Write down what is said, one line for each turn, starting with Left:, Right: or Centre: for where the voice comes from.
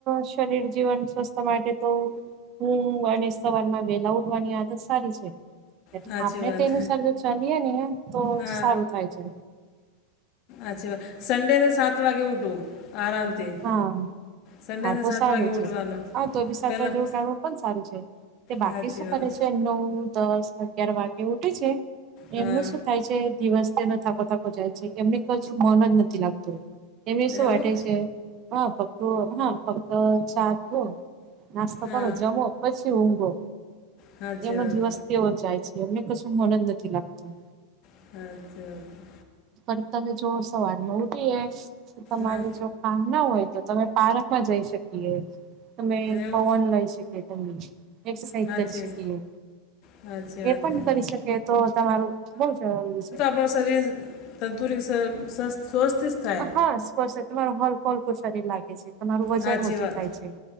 Right: શરીર જીવન સ્વસ્થ માટે તો હમ અને સવાર માં વેલા ઉઠવાની આદત સારી છે. એટ
Left: સાચી
Right: આપણે
Left: વાત
Right: તે અનુસાર જો ચાલીએ ને તો
Left: હા
Right: સારું થાય છે.
Left: અચ્છી વા, સંડેને સાત વાગે ઉઠું આરામથી.
Right: હા
Left: સન્ડેને
Right: હા, તો
Left: સાત
Right: સારું
Left: વાગે
Right: છે,
Left: ઉઠવાનું
Right: હા તો બી સાતવા
Left: પહેલાં
Right: જેવું કાણવું પણ સારું છે. તે બાકી
Left: સાચી
Right: શું
Left: વાત
Right: કરે છે નવ દસ અગિયાર વાગે ઉઠે છે,
Left: હા
Right: એમનું શું થાય છે દિવસ તેનો થાકો થાકો જાય છે એમને ક મન જ નથી લાગતું. એને શું
Left: એવું
Right: વાટે છે, હ ફક્ત હ ફક્ત સાત લો નાસ્તા
Left: હા
Right: કરો જમો પછી ઊઘો,
Left: સાચી
Right: એમનો
Left: વાત
Right: દિવસ તેઓ જાય છે એમને કશું મનંદ નથી લાગતું.
Left: અચછ.
Right: પણ તમે જો સવાર ન ઉઠીએ, તો તમારે
Left: ના
Right: જો કામ ના હોય તો તમે પાર્કમાં જઈ શકીએ. તમે
Left: એવું
Right: પવન લઈ શકી તમમે, એક્સરસાઇઝ
Left: સાચી
Right: કરી શકીએ.
Left: સાચી વાત
Right: એ પણ
Left: છે
Right: કરી શકે તો તમારું બહ જરૂરી છે.
Left: આપ શરીર તંદુર સ્વસ્થ થાય
Right: હા સ્પષ્ટ તમારો હલકોલકું શરીર લાગે છે તમારું વજન
Left: સાચી
Right: ઓછું
Left: વાત
Right: થાય છે.